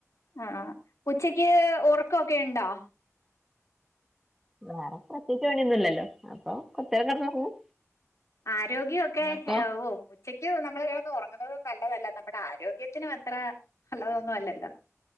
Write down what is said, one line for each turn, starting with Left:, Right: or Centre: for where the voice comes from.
Left: ആഹ് ആഹ് ഇപ്പൊച്ചക്ക് ഒറക്കൊക്കെയ്ണ്ടോ?
Centre: വേറെ പ്രത്യേകിച്ച് പണ്യൊന്നുംല്ലല്ലോ അപ്പൊ കൊറച്ചേരം കെടന്നൊറങ്ങും
Left: ആരോഗ്യൊക്കെ
Centre: ഇങ്ങക്കോ
Left: എ ഓ ഉച്ചക്ക് നമ്മള് കെടന്ന് ഒറങ്ങുന്നതും നല്ലതല്ല നമ്മുടെ ആരോഗ്യത്തിനു അത്ര നല്ലതൊന്നും അല്ലല്ല